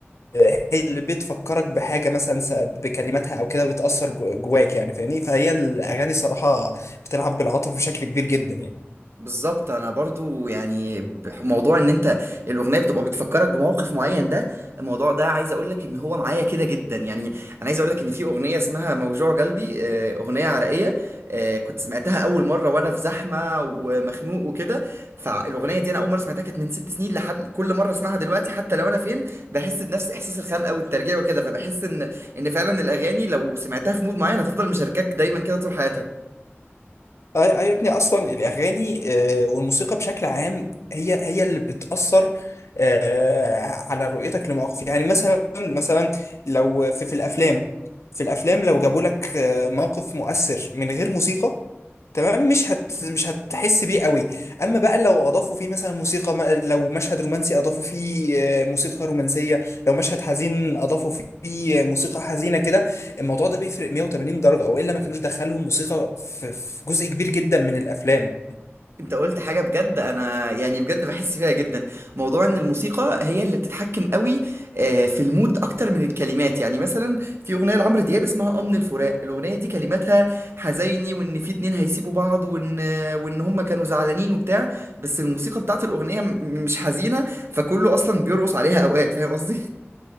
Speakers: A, on the left; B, on the right.
A: هي اللي بتفكرك بحاجة مثلا س- بكلماتها أو كده بتأثر جو- جواك يعني فاهمني فهي الأغاني صراحة بتلعب بالعاطف بشكل كبير جدا يعني
B: بالظبط انا برضو يعني بح- موضوع ان انت الاغنيه بتبقى بتفكرك بموقف معين ده الموضوع ده عايز اقول لك ان هو معايا كده جدا يعني انا عايز اقول لك ان في اغنيه اسمها موجوع قلبي آه، اغنيه عراقيه آه، كنت سمعتها اول مره وانا في زحمه ومخنوق وكده فالاغنيه دي انا اول مره سمعتها كانت من ست سنين لحد كل مره اسمعها دلوقتي حتى لو انا فين بحس بنفس احساس الخنقه والترجيع وكده فبحس ان ان فعلا الاغاني لو سمعتها في مود معين هتفضل مشاركاك دايما كده طول حياتها
A: أي أي يا ابني أصلا الأغاني آه، والموسيقى بشكل عام هي هي اللي بتأثر آه، على رؤيتك لمواقف يعني مثلا مثلا لو في, في الأفلام في الأفلام لو جابوا لك آه، موقف مؤثر من غير موسيقى تمام مش هت مش هتحس بيه قوي اما بقى لو اضافوا فيه مثلا موسيقى م- لو مشهد رومانسي اضافوا فيه آه، موسيقى رومانسيه لو مشهد حزين اضافوا فيه آه، موسيقى حزينه كده الموضوع ده بيفرق 180 درجه او الا ما كانوش دخلوا الموسيقى في في جزء كبير جدا من الافلام
B: انت قلت حاجة بجد انا يعني بجد بحس فيها جدا موضوع ان الموسيقى هي اللي بتتحكم قوي آه، في المود اكتر من الكلمات يعني مثلا في اغنية لعمرو دياب اسمها امن الفراق الاغنية دي كلماتها حزيني وان في اتنين هيسيبوا بعض وان آه، وان هما كانوا زعلانين وبتاع بس الموسيقى بتاعت الاغنية م- مش حزينة فكله اصلا بيرقص عليها اوقات فاهم قصدي